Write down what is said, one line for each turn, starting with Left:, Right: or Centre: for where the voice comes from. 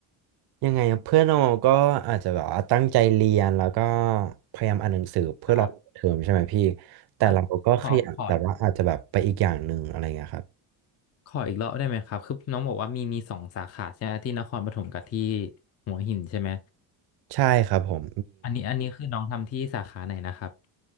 Right: ยังไงอะเพื่อนเราก็อาจจะแบบว่าตั้งใจเรียนแล้วก็พยายามอ่านหนังสือเพื่อรอเทอมใช่ไหมพี่
Left: ครับ
Right: แต่เราก็ขยันแต่ว่าอาจจะแบบไปอีกอย่างหนึ่งอะไรเงี้ยครับ
Left: อ่ะขอขอ ขออีกรอบได้ไหมครับคือน้องบอกว่ามีมีสองสาขาใช่ไหมที่นครปฐมกับที่หัวหินใช่ไหม
Right: ใช่ครับผม
Left: อันนี้อันนี้คือน้องทำที่สาขาไหนนะครับ